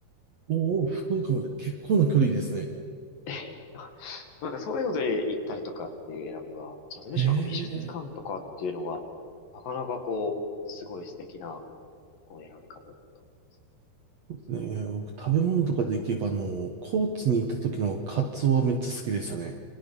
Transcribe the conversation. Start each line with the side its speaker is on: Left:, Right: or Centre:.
Right: おお、福岡まで結構な距離ですね。
Left: え、<laughs> なんかそういうので行ったりとかっていう選びは、じゃあむしろなんか美術館とかっていうのは、
Right: へえ。
Left: なかなかこう、すごい素敵なとこの選び方だと思う。
Right: ねえ、僕食べ物とかでいけばあの、高知に行った時のカツオはめっちゃ好きでしたね。